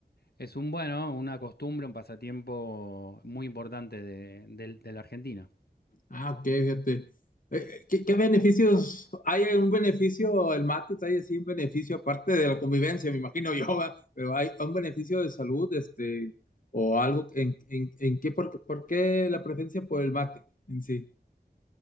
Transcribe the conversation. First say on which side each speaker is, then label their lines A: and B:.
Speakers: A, on the left; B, on the left.
A: es un bueno, una costumbre, un pasatiempo muy importante de, del- de la Argentina.
B: Ah, ok, fíjate. Eh, ¿Qué, qué beneficios? ¿Hay algún beneficio el mate? ¿Hay así un beneficio aparte de la convivencia? Me imagino yo, ¿verdad? Pero ¿hay un beneficio de salud, este, o algo en, en, en qué, por, por qué la preferencia por el mate en sí?